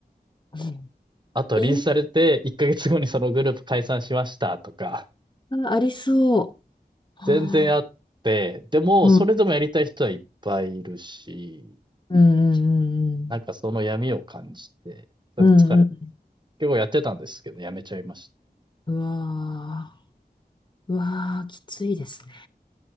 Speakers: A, on the left; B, on the right.
A: うん
B: あとはリリースされて、
A: インス
B: 1ヶ月後にそのグループ解散しましたとか、
A: タありそう。あ
B: 全然あって、でも、
A: ーうん
B: それでもやりたい人はいっぱいいるし、
A: うん
B: なんかその闇を感じて、疲れて、
A: うんうんうん
B: 結構やってたんですけど、やめちゃいました。
A: うんうわーうわーきついですね。